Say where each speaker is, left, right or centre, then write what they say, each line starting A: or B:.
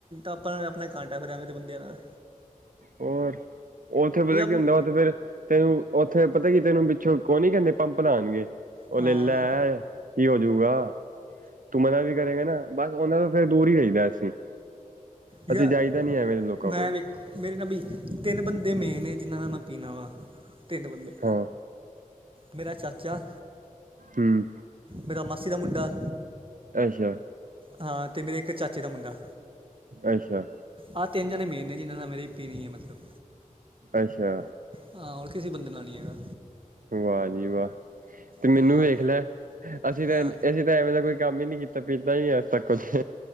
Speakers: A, on the right; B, on the right.
A: ਆਪਾ ਤੇ ਆਪਣਾ ਖਾਣ ਬਹਿ ਪੈਣਾ ਬੰਦਿਆਂ ਨਾਲ।
B: ਹੋਰ, ਉੱਥੇ ਪਤਾ
A: ਜੇ ਆਪਣੀ
B: ਕੀ ਹੁੰਦਾ, ਉੱਥੇ ਫੇਰ ਤੈਨੂੰ ਉੱਥੇ ਪਤਾ ਕੀ ਤੈਨੂੰ ਪਿੱਛੋਂ ਉਹ ਨੀ ਕਹਿੰਦੇ, ਪੰਪ ਲਾਉਣਗੇ ਉਹ
A: ਹਾਂ
B: ਲੈ ਲੈ। ਕੀ ਹੋਜੂਗਾ ਤੂੰ ਮਨਾ ਵੀ ਕਰੇਗਾ ਨਾ ਬਸ ਉਹਨਾਂ ਤੋਂ ਫਿਰ ਦੂਰ ਹੀ ਰਹੀਦਾ ਅਸੀਂ,
A: ਜਾਂ
B: ਅਸੀਂ ਜਾਈਦਾ ਨਹੀਂ ਐਵੇਂ ਲੋਕਾਂ
A: ਮੈਂ
B: ਕੋਲ।
A: ਵੇਖ ਮੇਰੇ ਤਾਂ ਬਈ ਤਿੰਨ ਬੰਦੇ ਮੇਨ ਨੇ ਜਿਹਨਾਂ ਦਾ ਨਾ ਪੀਣਾ ਵਾ। ਤਿੰਨ ਬੰਦੇ,
B: ਹਾਂ
A: ਮੇਰਾ ਚਾਚਾ
B: ਹਮ।
A: ਮੇਰਾ ਮਾਸੀ ਦਾ ਮੁੰਡਾ
B: ਅੱਛਾ।
A: ਹਾਂ ਤੇ ਮੇਰੇ ਇੱਕ ਚਾਚੇ ਦਾ ਮੁੰਡਾ।
B: ਅੱਛਾ,
A: ਆਹ ਤਿੰਨ ਜਣੇ ਮੇਨ ਨੇ ਜਿਹਨਾਂ ਨਾਲ ਮੇਰੀ ਪੀਣੀ ਆ ਮਤਲਬ।
B: ਅੱਛਾ।
A: ਹਾਂ, ਹੋਰ ਕਿਸੇ ਬੰਦੇ ਨਾਲ ਨਹੀਂ ਹੈਗਾ।
B: ਵਾਹ ਜੀ ਵਾਹ! ਤੇ ਮੈਨੂੰ
A: ਹਾਂ
B: ਵੇਖ ਲੈ, ਅਸੀਂ ਤਾਂ
A: ਹਾਂ
B: ਅਸੀਂ ਤਾਂ ਐਵੇਂ ਦਾ ਕੋਈ ਕੰਮ ਹੀ ਨੀ ਕੀਤਾ ਪੀਤਾ ਹੀ ਆ ਨਹੀਂ ਅੱਜ ਤੱਕ ਕੁਛ।